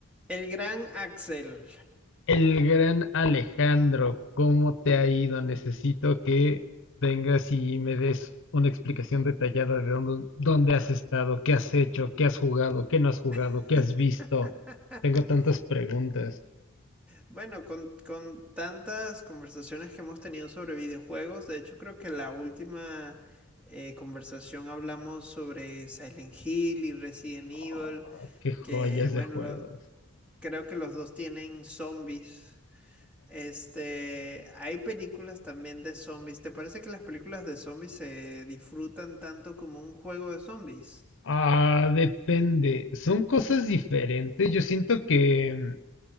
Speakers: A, in the centre; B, on the left.
A: El gran Axel.
B: El gran Alejandro, ¿cómo te ha ido? Necesito que vengas y me des una explicación detallada de dónde, dónde has estado, qué has hecho, qué has jugado, qué no has jugado,
A: <laughs>
B: qué has visto. Tengo tantas preguntas.
A: Bueno, con, con tantas conversaciones que hemos tenido sobre videojuegos, de hecho creo que la última eh, conversación hablamos sobre Silent Hill y Resident
B: Ah,
A: Evil,
B: qué joyas
A: que bueno,
B: de juegos.
A: lo- creo que los dos tienen zombies. Este, hay películas también de zombies. ¿Te parece que las películas de zombies se disfrutan tanto como un juego de zombies?
B: Ah, depende. Son cosas diferentes. Yo siento que